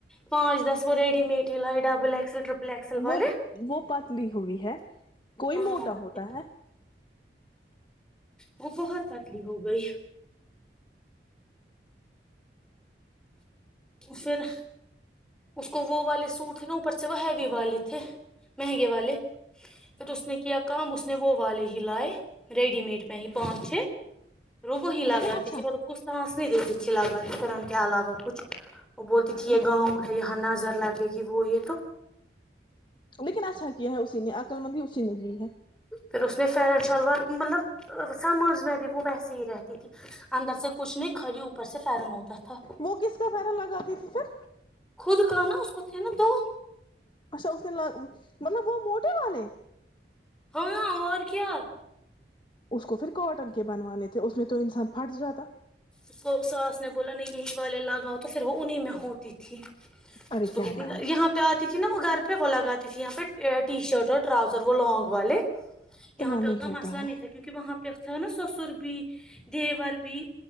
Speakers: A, in the centre; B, on the left.
A: پانچ دس ریڈی میڈ ہی لاے وہ دبل اکس ال ٹرپل ایکسل والے
B: وہ وہ پتلی ہوئی ہے کوئی
A: ہاں
B: موٹا
A: اور کیا
B: ہوتا ہے
A: وہ بہت پتلی ہو گئی پھر اس کو وہ والے سوٹ تھے نا اوپر سے وہ ہیوی والے تھے مہنگے والے پھر اس نے کیا کام اس اس میں وہ والے ہی لائے ریڈی میڈ میں ہی پانچ چھے لوگو ہی
B: لیکن
A: لگا
B: اچھا
A: تی تھی وہ اس کو سانس نہیں دیتی <unintelligible> اس کے علاوہ کچھ وہ بولتی تھی یہ
B: لیکن
A: گاؤں ہیں یہاں نظر لگتی کیونکہ وہ یہ تو
B: لیکن اچھا کیا ہے اسی نے عکل مندی اسی نے کی ہے
A: پھر اس نے فیرن شلوار مطلب سمرض میں بھی وہ ویسے ہی رہتی تھی اندر سے کچھ نہیں خا لی اوپر سے فیرن ہوتا تھا
B: وہ کس کا فیرن لگاتی تھی پھر
A: خود کا نا اس کو تھے نا دو
B: اچھا اس نے مطلب وہ موٹر والے
A: ہاں اور کیا
B: اس کو پھر کاٹن کے بنوانے تھے اس میں تو انسان پھٹ جاتا
A: اس کو ساس نے بولا نہیں یہی والے لاگاؤ تو پھر وہ انہیں میں ہوتی تھی
B: ارے
A: اس
B: کیا
A: کتنی
B: یار
A: یہاں پہ آتی تھی نا وہ گھر پہ وہ لگاتی تھی یہاں پہ ٹی شرٹ اور ٹراؤزر وہ لانگ والے یہاں پہ
B: نہیں
A: اتنا
B: ہوتا
A: مسئلہ
B: ہے
A: نہیں تھا کیونکہ وہاں پہ جو ہے نا سسر بھی دیار بھی